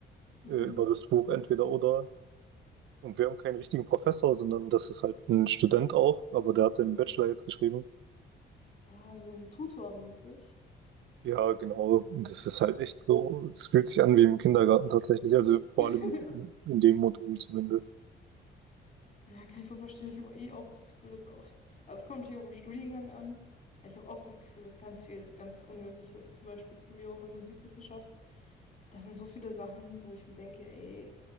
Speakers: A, on the left; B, on the right.
A: Mhm.
B: äh, über das Buch Entweder oder. Und wir haben keinen richtigen Professor, sondern das ist halt ein Student auch, aber der hat seinen Bachelor jetzt geschrieben.
A: Ah, so ein Tutor mäßig.
B: Ja, genau. Und das ist halt echt so, es fühlt sich an wie im Kindergarten tatsächlich, also vor
A: <laughs>
B: allem in, in dem Modul zumindest.
A: Ja, kann ich voll verstehen. Ich habe eh auch das Gefühl, dass oft, also es kommt natürlich auf den Studiengang an, aber ich habe oft das Gefühl, dass ganz viel, ganz unnötig ist. Zum Beispiel jetzt bei mir auch in Musikwissenschaft. Das sind so viele Sachen, wo ich mir denke, ey,